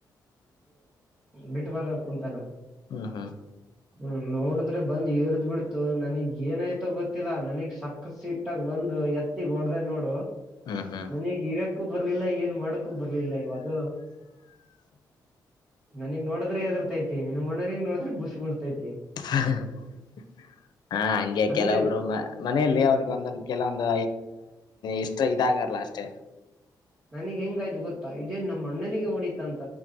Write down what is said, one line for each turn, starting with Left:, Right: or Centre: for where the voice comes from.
Right: ಬಿಟ್ಟ ಬರ ಕುಂತಾನ
Left: ಹ್ಮ್ ಹ್ಮ್
Right: ಹ್ಮ್ ನೋಡಿದ್ರೆ ಬಂದ ಇವ್ರ ಬಿಡ್ತು ನನಗ್ ಏನಾಯ್ತೋ ಗೊತ್ತಿಲ್ಲಾ ನನಗ್ ಸಕ್ಕತ್ ಸೀಟ್ಾಗ ಒಂದು್ ಎತ್ತಿಗ್ ಹೊಡ್ದ ನೋಡು
Left: ಹ್ಮ್ ಹ್ಮ್
Right: ನನಗೆ ಇರಕ್ಕೂ ಬರ ಬರ್ಲಿಲ್ಲ ಏನ್ ಮಾಡಕ್ಕು ಬರ್ಲಿಲ್ಲ ಇವದು ನನಗ್ ನೋಡಿದ್ರೆ ಆತೈತಿ ನಿಮಮ್ಮ ಮನಗ್ ನೋಡ್ರೆ ಬುಸು ಬಿಡ್ತೈತಿ
Left: ಹ ಹಾ ಹಂಗೆ
Right: ಅಂದ್ರೆ
Left: ಕೆಲೊಬ್ರು ಮನೆಯಲ್ಲಿ ಅವ್ರಗ ಒಂದೊಂದು ಕೆಲವೊಂದು ಇಷ್ಟ ಇದಾಗ ಲಸ್ಟ
Right: ನನಗ್ ಹೆಂಗಾಯ್ತು ಗೊತ್ತಾ ಇದೇನ್ ನಮ್ಮ ಅಣ್ಣನಿಗೆ ಹೊಡಿತಂತ